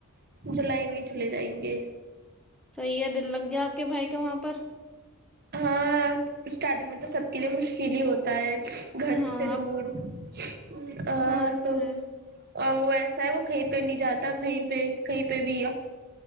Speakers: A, on the right (about 45°); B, in the centre.
A: جولائی میں ہی چلے جائیں گی تس
B: صحیح ہے دل لگ گیا آپ کے بھائی کا وہاں پر
A: ہاں اسٹارٹنگ میں تو سب کے لیے مشکل ہی ہوتا ہے گھر
B: ہاں
A: سے
B: آپ
A: دور جی آ
B: ہاں یہ
A: تو
B: ہے
A: اور وہ ایسا ہے وہ کہیں پہ نہیں جاتا کہیں پہ کہیں پہ بھی